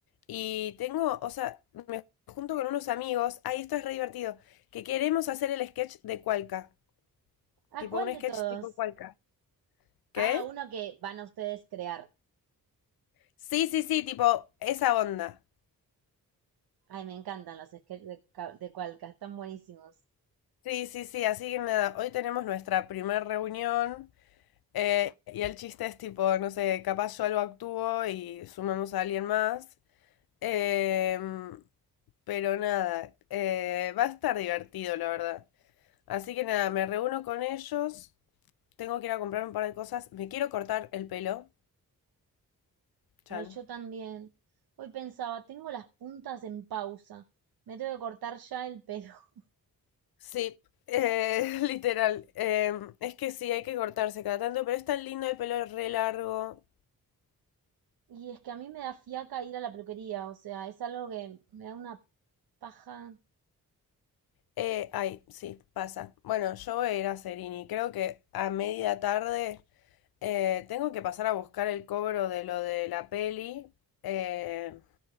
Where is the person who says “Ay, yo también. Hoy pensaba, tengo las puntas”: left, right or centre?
Right